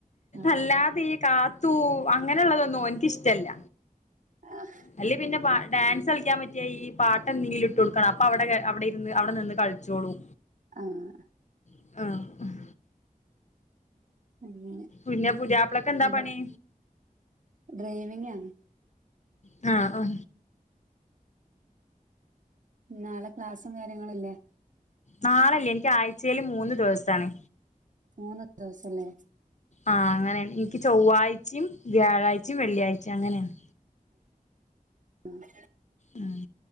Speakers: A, on the right; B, on the left.
A: ആഹ്
B: അല്ലാതെ ഈ കാ തൂ അങ്ങനെള്ളതൊന്നും ഒൻക് ഇഷ്ടല്ല.
A: ആഹ്
B: അല്ലെ പിന്നെപ ഡാൻസ് കളിക്കാൻ പറ്റിയാ ഈ പാട്ട് എന്തെങ്കിലും ഇട്ട് കൊടുക്കണം. അപ്പൊ അവ്ടെഎ അവ് ടെയിരുന്ന് അവ്ടെ നിന്ന് കളിച്ചോളും.
A: ആഹ്
B: ആഹ്
A: അങ്ങനെ
B: പിന്നെ പുതിയാപ്ലക്ക് എന്താ
A: ഞ്ഞിപ്പ
B: പണി
A: ഡ്രൈവിങ്ങാണ്.
B: ആ ആ.
A: നാളെ ക്ലാസ്സും കാര്യങ്ങളും ല്ലേ
B: നാളയില്ല എനിക്ക് ആഴ്ചയിൽ മൂന്ന് ദിവസാണ്
A: മൂന്ന് ദേവസംല്ലേ.
B: ആഹ് അങ്ങനെണ് ഇൻക്ക് ചൊവ്വാഴ്ച്ചിം വ്യാഴാഴ്ച്ചിം വെള്ളിയഴ്ച്ചിം അങ്ങനെണ്.
A: ആഹ്
B: മ്മ്